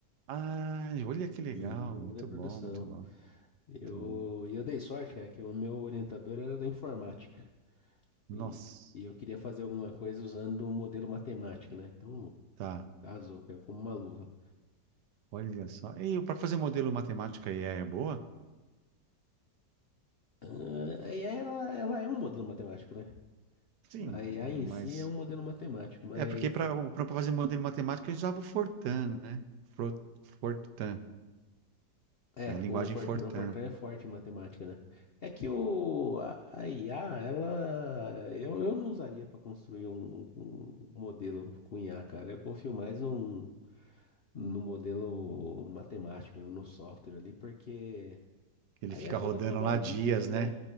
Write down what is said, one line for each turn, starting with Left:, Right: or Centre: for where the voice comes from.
Right: Ah, olha que legal.
Left: Engenharia
Right: Muito
Left: da produção.
Right: bom, muito bom,
Left: Eu,
Right: muito bom.
Left: e eu dei sorte, cara, que o meu orientador era da informática.
Right: Nossa,
Left: E, e eu queria fazer alguma coisa usando o modelo matemático, né? Então,
Right: tá.
Left: casou, caiu como uma luva.
Right: Olha só. E para fazer modelo matemática IA é boa?
Left: Ah, E aí ela, ela é um modelo matemático, né?
Right: Sim,
Left: A IA
Right: mas
Left: em si é um modelo matemático, mas
Right: é porque para fazer modelo matemática a gente usava o Fortran, né? Fro- Fortran,
Left: É,
Right: é a linguagem
Left: o Fortran,
Right: Fortran.
Left: o Fortran é forte em matemática, né? É que o, a a IA, ela. Eu, eu não usaria para construir um, um modelo com IA, cara. Eu confio mais num, no modelo matemático, no software ali, porque
Right: Ele
Left: aí
Right: fica
Left: é toda
Right: rodando
Left: probabilística,
Right: lá dias,
Left: né?
Right: né?